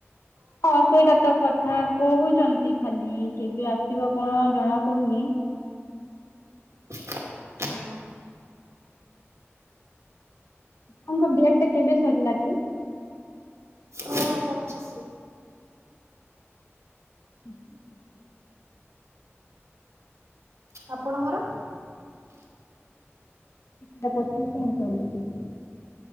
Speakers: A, on the left; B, on the right.
A: ହଁ ସେଇଟା ତ କଥା କହୁଚନ୍ତି ଖାଲି କେବେ ଆସିବ କଣ ଜଣା ପଡୁନି।
B: ହଁ।
A: ତାଙ୍କ ଡେଟ୍ ଟା କେବେ ସରିଲା କି?
B: ମୋର ପଚିଶ ରୁ।
A: <inaudible>
B: ଆପଣଙ୍କର?
A: ସେଟା ପଚିଶ ହି ଚାଲିଚି।